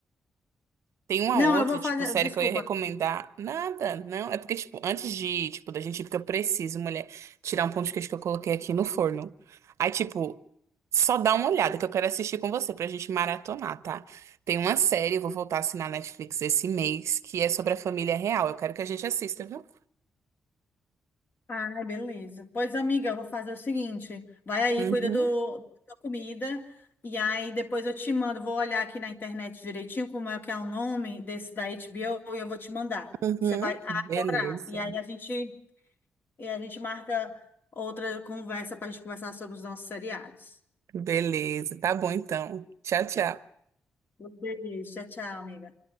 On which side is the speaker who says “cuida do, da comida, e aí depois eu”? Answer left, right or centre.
Left